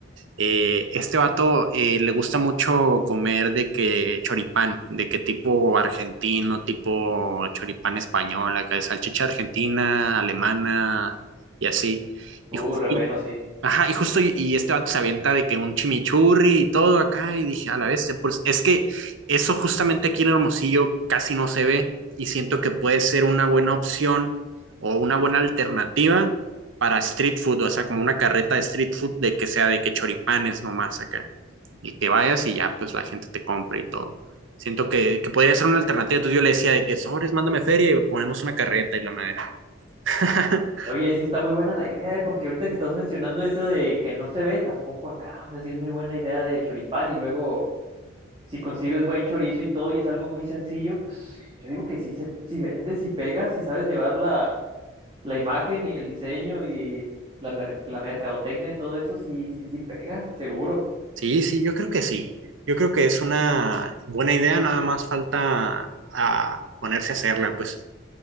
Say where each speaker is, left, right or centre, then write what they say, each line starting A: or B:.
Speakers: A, on the right (about 70°); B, on the right (about 25°).
A: eh, este vato eh, le gusta mucho comer de que choripán, de que tipo argentino, tipo choripán español, acá de salchicha argentina, alemana y así.
B: Uh,
A: Y, ju-
B: re bueno,
A: y-
B: sí.
A: ajá, y justo y, y este vato se avienta de que un chimichurri y todo acá y dije, a la vez, pues es que eso justamente aquí en Hermosillo casi no se ve y siento que puede ser una buena opción o una buena alternativa para street food, o sea, como una carreta de street food de que sea de que choripanes nomás acá. Y que vayas y ya, pues la gente te compre y todo. Siento que, que podría ser una alternativa. Entonces yo le decía de que sobres, mándame feria y ponemos una carreta y la madera. <laughs>
B: Oye, sí está muy buena la idea, ¿eh? Porque ahorita que estás mencionando eso de que no se ve tampoco acá, o sea, sí es muy buena idea de choripán y luego si consigues buen chorizo y todo y es algo muy sencillo, pues yo digo que si, se, si vendes, si pegas, si sabes llevar la, la imagen y el diseño y la, mer- la mercadotecnia de todo eso, sí, sí, sí pega, seguro.
A: Sí, sí, yo creo que sí. Yo creo que es una buena idea, nada más falta a ponerse a hacerla, pues.